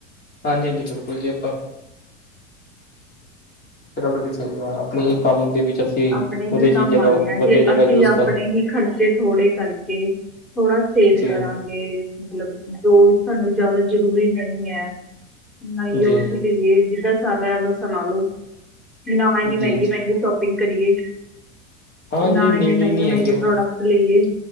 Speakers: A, on the left; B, in the centre.
A: ਹਾਂਜੀ ਹਾਂਜੀ ਬਿਲਕੁਲ ਜੀ ਆਪਾਂ। ਗਲ ਤੁਹਾਡੀ ਸਹੀ ਆ, ਆਪਣੇ ਹੀ ਕੰਮ ਦੇ ਵਿੱਚ ਅਸੀਂ
B: ਆਪਣੇ
A: ਵਧੀਆ
B: ਹੀ ਕੰਮ
A: ਚੀਜ਼ ਜਗ੍ਹਾ
B: ਆਉਣੇ ਆ,
A: ਵਧੀਆ
B: ਜੇ
A: ਜਗ੍ਹਾ
B: ਅਸੀਂ
A: ਯੂਜ
B: ਆਪਣੇ
A: ਕਰ
B: ਹੀ ਖਰਚੇ ਥੋੜ੍ਹੇ ਕਰਕੇ ਥੋੜਾ ਸੇਵ
A: ਜੀ
B: ਕਰਾਂਗੇ ਮਤਲਬ, ਜੋ ਸਾਨੂੰ ਜ਼ਿਆਦਾ ਜ਼ਰੂਰੀ ਨਹੀਂ ਹ। ਨਹੀਂ
A: ਜੀ
B: ਉਸ ਲਈ ਏ, ਜਿੱਦਾਂ ਸਾਰਿਆਂ ਨੂੰ ਸੁਣਾ ਲੋ, ਨਾ ਇਨੀ
A: ਜੀ
B: ਮਹਿੰਗੀ
A: ਜੀ
B: ਮਹਿੰਗੀ ਸ਼ੋਪ ਸ਼ੋਪੰਪਿੰਗ ਕਰੀਏ,
A: ਹਾਂ ਜਿਹੜੀ
B: ਨਾ ਇੰਨੇ
A: ਨੀਡ
B: ਮਹਿੰਗੇ
A: ਹੀ ਨਹੀਂ
B: ਮਹਿੰਗੇ
A: ਹੈਗੀ ਉਹ
B: ਪ੍ਰੋਡਕਟ ਲਈਏ,